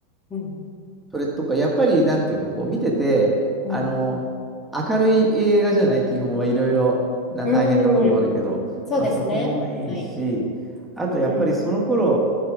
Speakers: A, on the left; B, in the centre.
A: うん。
B: それとか、やっぱり、なんていうの、こう、見てて、
A: うん。
B: あのー明るい映画じゃない、基本はいろいろな大変なこともあるけど、
A: うん。そうですね。
B: まあ、そこもいいし、
A: はい。
B: あと、やっぱりその頃、
A: うん。